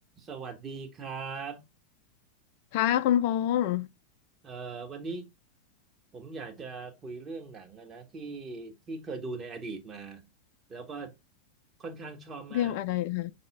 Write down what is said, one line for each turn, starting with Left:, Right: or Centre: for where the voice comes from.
Right: สวัสดีครับ
Left: ค่ะคุณพงษ์
Right: เอ่อวันนี้ผมอยากจะคุยเรื่องหนังอะนะที่ที่เคยดูในอดีตมาแล้วก็ค่อนข้างชอบมาก
Left: เรื่องอะไรคะ